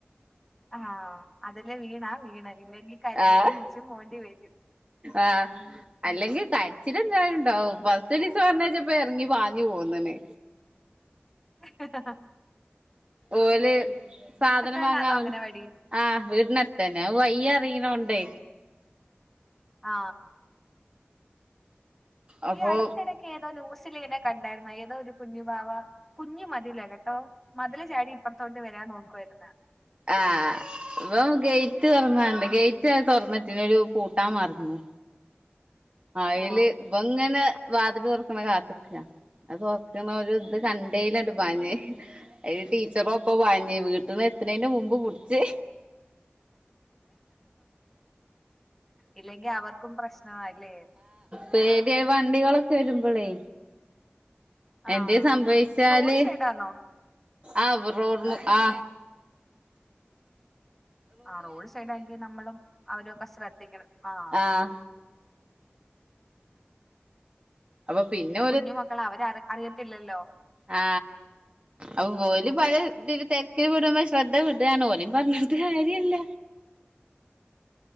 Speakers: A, in the centre; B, on the right.
A: ആഹ് അതില് വീണ വീണ് ഇല്ലെങ്കി കരഞ്ഞും
B: ആഹ്
A: വിളിച്ചും പോണ്ടി വരും
B: ആഹ് അല്ലെങ്കി കരച്ചിൽ എന്തായാലും ഉണ്ടാവും ഫസ്റ്റ് ദിവസം പറഞ്ഞയച്ചപ്പം ഇറങ്ങി പാഞ്ഞു പോന്ന്ണ്
A: അ അ അ
B: ഓല് സാധനം
A: തന്നാന്നോ
B: വാങ്ങാ
A: അംഗനവാടി
B: ആ വീട്ടിനടുത്തെന്നെ അത് വയ് അറിണതേണ്ട്
A: ആ
B: അപ്പൊ
A: ഈ അടുത്തിടക്ക് ഏതോ ന്യൂസിലെക്കെ കണ്ടായിരുന്ന ഏതോ ഒരു കുഞ്ഞു വാവ കുഞ്ഞു മതില കേട്ടോ മതില് ചാടി ഇപ്പുറത്തോട്ട് വരാൻ നോക്കുവായിരുന്നേ
B: ആ ഇവൻ ഗേറ്റ് തുറന്നണ്ട് ഗേറ്റ് തുറന്നിട്ടിന് ഓല് പൂട്ടാൻ മറന്നു അയില്
A: ഓ
B: ഇവന് ഇങ്ങനെ വാതില് തുറക്കുന്നത് കാത്ത്ക്ക്യാ അത് ഒരു ഇത് കണ്ടെയിലാണ്ട്പ്പാഞ്ഞ അത് ടീച്ചറോ ഒപ്പ വാഞ്ഞേ വീട്ടന്ന് എത്തണെന്റെ മുമ്പ് പിടിച്ച്
A: ഇല്ലെങ്കിൽ അവർക്കും പ്രശ്നല്ലേ
B: പേടി വണ്ടികളൊക്കെ വരുമ്പോളേ
A: ആഹ്
B: എന്തെ സംഭവിച്ചാല്
A: റോഡ് സൈഡാന്നോ
B: ആ റോഡ് ആ
A: ആ റോഡ് സൈഡ് ആണെങ്കി നമ്മളും അവരൊക്കെ ശ്രദ്ധിക്കണം ആ
B: ആഹ് അപ്പൊ പിന്നെ
A: കുഞ്ഞു മക്കൾ അവര് അറിയത്തില്ലല്ലോ
B: ആ അപ്പൊ ഓലും പല ഇ തിരക്കില് വിടുമ്പോ ശ്രദ്ധ വിടുകാണ് ഓലും പറഞ്ഞിട്ട് കാര്യല്ല
A: ഉം